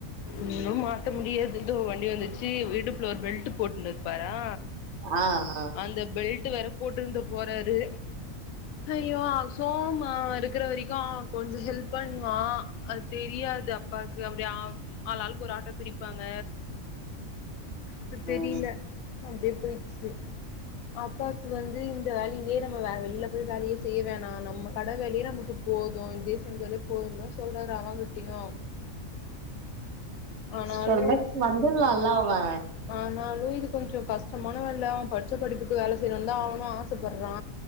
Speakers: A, on the left (about 85°); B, on the right (about 55°).
A: இன்னு மாத்த முடியாது இதோ வண்டி வந்துச்சு இடுப்புள்ள ஒரு பெல்ட் போட்டுனு இருப்பாரா
B: ஆ ஆ
A: அந்த பெல்ட்டு வேற போட்டுருந்து போறாரு ஐய்யோ சோமா இருக்கிற வரைக்கோ கொஞ்சோ ஹெல்ப் பண்ணுவா அது தெரியாது இது அப்பாவுக்கு அப்படியே ஆ ஆளாளுக்கு ஒரு ஆட்டோ பிடிப்பாங்க அது தெரியல
B: உம்
A: அப்படியே போயிரிச்சு அப்பாக்கு வந்து இந்த வேலையிலேயே நம்ம வெளியில போய் வேலையே செய்ய வேண்டா நம்ம கட வேலையே நமக்கு போது இதே செஞ்சாலே போதுன்தா சொல்றாரு அவங்கிட்டயு ஆனாலு
B: சோல்லிட்டு வந்துடுலால்ல அவ
A: ஆனாலு இது கொஞ்சோ கஷ்டமான வேல அவ படிச்ச படிப்புக்கு வேல செய்யணு தா அவனு ஆசைப்படுறா